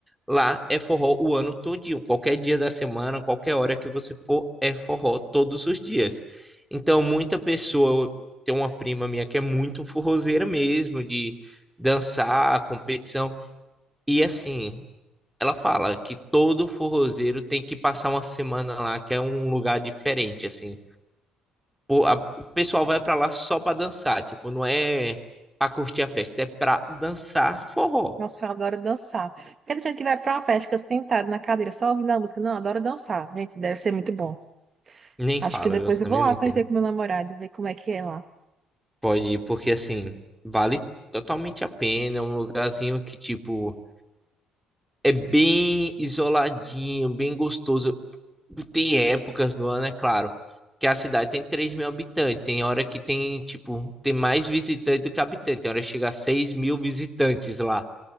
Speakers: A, in the centre; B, on the right (about 40°).
A: Lá é forró o ano todinho. Qualquer dia da semana, qualquer hora que você for, é forró todos os dias. Então, muita pessoa, tem uma prima minha que é muito forrozeira mesmo, de dançar, competição. E assim, ela fala que todo forrozeiro tem que passar uma semana lá, que é um lugar diferente, assim. Pô, a- o pessoal vai pra lá só pra dançar, tipo, não é pra curtir a festa, é pra dançar forró.
B: Nossa, eu adoro dançar. Porque gente que vai pra uma festa, fica sentado na cadeira só ouvindo a música. Não, eu adoro dançar. Gente, deve ser muito bom.
A: Nem
B: Acho
A: fala,
B: que depois
A: viu?
B: eu
A: Também
B: vou lá
A: não entendo.
B: conhecer com meu namorado, ver como é que é lá.
A: Pode ir, porque assim, vale totalmente a pena, é um lugarzinho que, tipo, é bem isoladinho, bem gostoso. Tem épocas do ano, é claro, que a cidade tem 3 mil habitantes, tem hora que tem, tipo, tem mais visitante do que habitante, tem hora que chega a 6 mil visitantes lá.